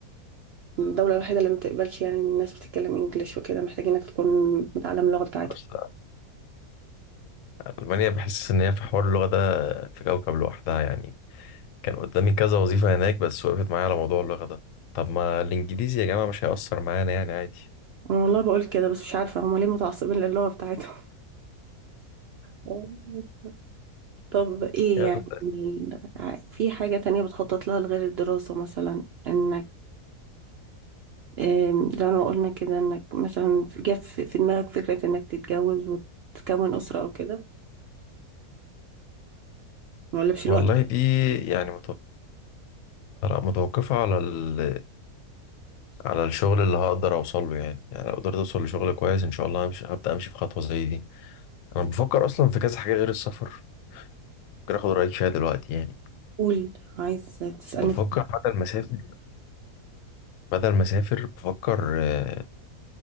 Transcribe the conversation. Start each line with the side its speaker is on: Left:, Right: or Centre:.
Right: الدولة الوحيدة اللي ما بتقبلش يعني إن الناس بتتكلم انجليش وكده محتاجينك تكون متعلم اللغة بتاعتهم
Left: أصل ألمانيا بحس إن هي في حوار اللغة ده في كوكب لوحدها يعني كان قدامي كذا وظيفة هناك بس وقفت معايا على موضوع اللغة ده طب ما الإنجليزي يا جماعة مش هيأثر معانا يعني عادي
Right: انا والله بقول كده بس مش عارفة هما ليه متعصبين للغة بتاعتهم <laughs> طب ايه
Left: يلا.
Right: يعني ع- في حاجة تانية بتخطط لها لغير الدراسة مثلا انك آم، زي ما قلنا كده انك مثلا جت في في دماغك فكرة انك تتجوز وتكون أسرة او كده ما اقولكش الوقت
Left: والله دي يعني متوقفة متوقفة على ال... على الشغل اللي هقدر أوصل له يعني يعني لو قدرت أوصل لشغل كويس إن شاء الله همشي هبدأ أمشي في خطوة زي دي أنا بفكر أصلا في كذا حاجة غير السفر ممكن آخد رأيك فيها دلوقتي يعني
Right: قول عايز تسألني
Left: بفكر
Right: في-
Left: بدل ما أسافر بدل ما أسافر بفكر آه،